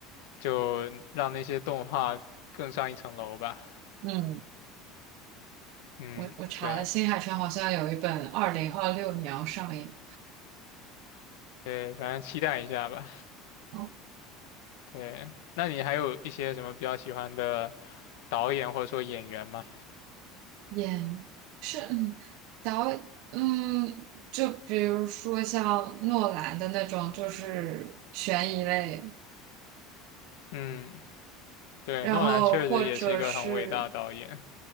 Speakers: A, on the left (about 85°); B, on the right (about 65°).
A: 就让那些动画更上一层楼吧。
B: 嗯，
A: 嗯，
B: 我我查了，
A: 对
B: 新海诚好像有一本二零二六年要上映。
A: 对，反正期待一下吧。
B: 哦，
A: 对，那你还有一些什么比较喜欢的导演或者说演员吗？
B: 演员是嗯导演嗯，就比如说像诺兰的那种，就是悬疑类，
A: 嗯，对，
B: 然后或者是。
A: 诺兰确实也是一个很伟大的导演